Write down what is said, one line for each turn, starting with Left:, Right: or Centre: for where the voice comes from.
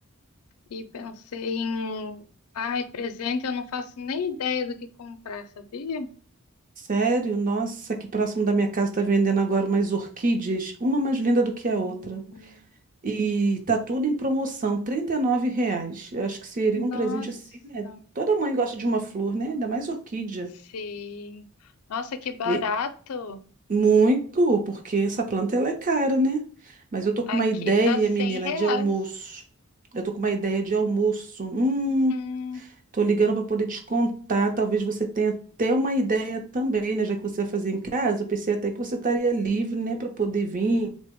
Left: e pensei em, ai, presente, eu não faço nem ideia do que comprar, sabia?
Right: sério? Nossa, aqui próximo da minha casa tá vendendo agora umas orquídeas, uma mais linda do que a
Left: Hum,
Right: outra. E tá tudo em promoção, 39 reais. Eu acho que seria
Left: nossa.
Right: um presente assim, né? Toda mãe gosta de uma flor, né? Ainda mais orquídea.
Left: Sim. Nossa, que barato.
Right: E muito, porque essa planta ela é cara, né? Mas eu tô com
Left: Aqui
Right: uma ideia,
Left: tá 100
Right: menina,
Left: reais.
Right: de almoço. Eu tô com uma ideia de almoço. Hum,
Left: Hum,
Right: Tô ligando para poder te contar, talvez você tenha até uma ideia também, né? Já que você vai fazer em casa, eu pensei até que você estaria livre, né, para poder vir